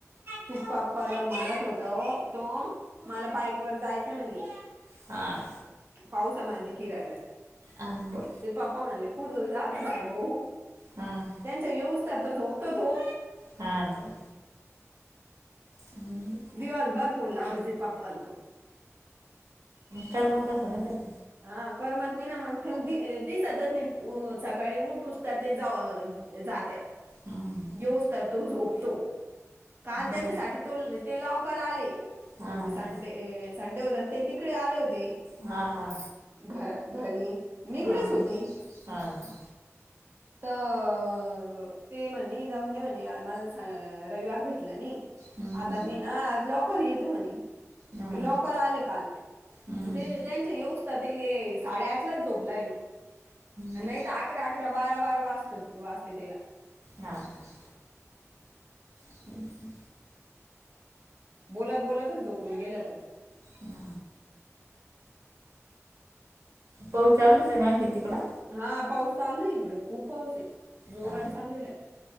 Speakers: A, on the right; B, on the right.
A: ती पा्पाला म्हणत होता तो मला बायक वर जायचं नाही.
B: हां.
A: पावसामध्ये फिरायला.
B: अंब
A: ते पप्पा म्हणले कुडू जातता बाय भाऊ
B: हम्म.
A: त्यांचा येऊज तर तो, झोपतो तो.
B: हा का. हम्म.
A: दिवसभर फोन लावत होती पप्पा ला तो
B: करमत नसंन ना त्याला
A: हा करमत नाही ना मग त्याला दि दिसतच नाही अ सकाळी उठोस तर ते जा जात्या
B: हम्म
A: घेऊस तरतो झोपतो. काल त्याच्यासाठी
B: आणि मग
A: तो ते लवकर आले
B: हा
A: म्हणजे संडे
B: हा
A: संडे होते आणि ते तिकडे आले होते.
B: हा हा.
A: घरा घरी मी ईकडेच
B: हा
A: होती.
B: हा का
A: तर ते म्हणे जाऊन दे म्हणे मला रविवार भेटला नाही.
B: हम्म
A: आता मी ना आज लवकर येतो म्हणे.
B: हा
A: ते लवकर आले काल
B: हम्म
A: ते त्यांचे यऊस्त ते साडेआठलाच झोपला ये हयो
B: बर
A: नाही तर अकरा अकरा बारा बारा वाजतो वाजते त्याला
B: हां का. हो का.
A: बोलत बोलतच झोपून गेला तो.
B: हा. पाऊस चालूच हाय आनखीन तिकड
A: हा पाऊस चालू आहे इकडे खूप पाऊस आहे जोरन
B: हा
A: चालू ला-